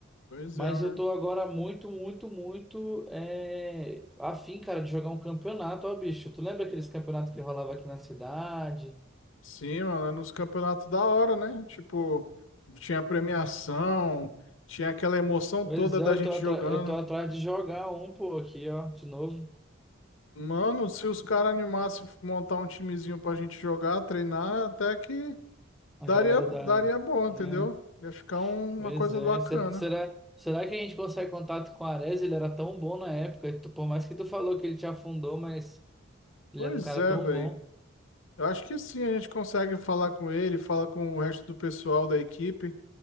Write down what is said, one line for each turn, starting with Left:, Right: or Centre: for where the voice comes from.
Left: Pois
Centre: Mas
Left: é, um-
Centre: eu tô agora muito, muito, muito é, afim, cara, de jogar um campeonato, ó, bicho. Tu lembra aqueles campeonatos que rolava aqui na cidade?
Left: sim, mano, é nos campeonatos da hora, né? Tipo, tinha premiação, tinha aquela emoção
Centre: Pois
Left: toda
Centre: é,
Left: da
Centre: eu
Left: gente
Centre: tô, atra-
Left: jogando.
Centre: eu tô atrás de jogar um, pô, aqui, ó, de novo.
Left: Mano, se os caras animassem montar um timezinho pra gente jogar, treinar, até que
Centre: A
Left: daria,
Centre: galera
Left: daria
Centre: da,
Left: bom,
Centre: né?
Left: entendeu? Ia ficar um-
Centre: Pois
Left: uma coisa
Centre: é.
Left: bacana.
Centre: Será, será, será que a gente consegue contato com o Ares? Ele era tão bom na época. Tu- Por mais que tu falou que ele te afundou, mas ele
Left: Pois
Centre: era um cara
Left: é,
Centre: tão
Left: velho.
Centre: bom.
Left: Eu acho que sim, a gente consegue falar com ele, fala com o resto do pessoal da equipe.